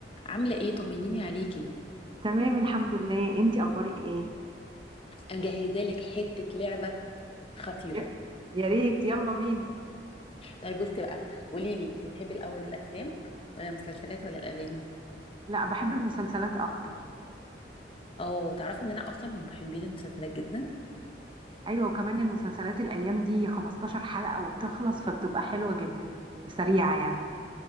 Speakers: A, on the left; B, on the right.
A: عاملة ايه طمنيني عليكي
B: تمام الحمد لله انتي اخبارك ايه
A: انا جاهزة لك حتة لعبة خطيرة
B: ي- يا ريت يلا بينا
A: طيب بصي بقى قولي لي انت بتحبي الاول الافلام ولا المسلسلات ولا الاغاني
B: لا بحب المسلسلات اكتر
A: اه تعرفي ان انا اصلا من محبين المسلسلات جدا
B: ايوه وكمان المسلسلات الايام دي 15 حلقة وبتخلص فبتبقى حلوة جدا وسريعة يعني